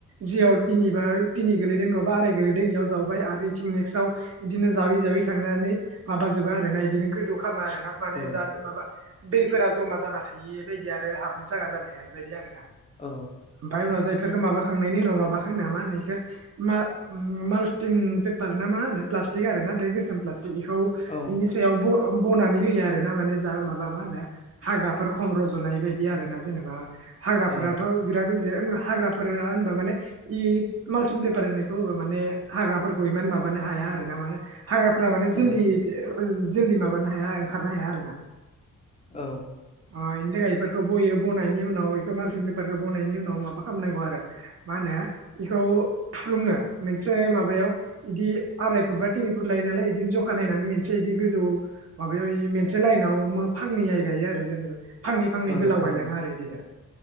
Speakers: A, on the right (about 45°); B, on the left (about 20°).
A: जियाव तिनि बा तिनि गोलैदों नङाबा आराइ गेलेदों इयाव जावबाय आरो इथिं नेक्स्टआव इदिनो जावै जावै थांनानै माबाजोबो आरो ना इदिनो गोजाव खौ खामो आरो। नाब माने
B: औ
A: जाजो माबा दैफोरा जमा जाना थायि बायदि आरो हाबनो जायगा जानाय बायदि आरो ना।
B: औ
A: ओमफाय उनाव जायफोरखौ माबाखांनायनि उनाव माबाखां नामा नैखौ मा माल्टिं पेपार ना मा होनो प्लास्टिक आर ना बे गोसोम प्लास्टिक खौ
B: औ
A: इनि सायाव ब बनानै होयो आ। आरोना माने जा माबा मा होनो हाग्राफोर खम रज'नाय बायदि आरो ना जेनेबा हाग्राफोराथ'
B: औ
A: बिराद रज यो हाग्राफोरा होनबा माने इ मालसिन पेपार होननायखौ होबा माने हाग्राफोरखौ इमान माबा माबानो हाया आरो ना मा हाग्राफ्रा माने जोलदि
B: औ
A: ओ जोलदि माबानो हाया ओंखारनो हाया आरो ना।
B: औ।
A: अ इनिथाखाय फोरखौ बयो बनायनि उनाव एखौ मालसिन फेफारखौ बनायनि उनाव माबा खामनांगौ आरो मा होनो इखौ ऊ थुफ्लुङो मनसे माबायाव बिदि आराय फुट बा थिनि फुट लायो नालाय इदिनो जखा नायनानै मेनसे इदि गोजौ माबायाव मेनसे लाइनाव फांनै हाइ गायो आरो जों। फांनै फांनै
B: औ
A: गोलाव गायलाङो आरो इदिनो।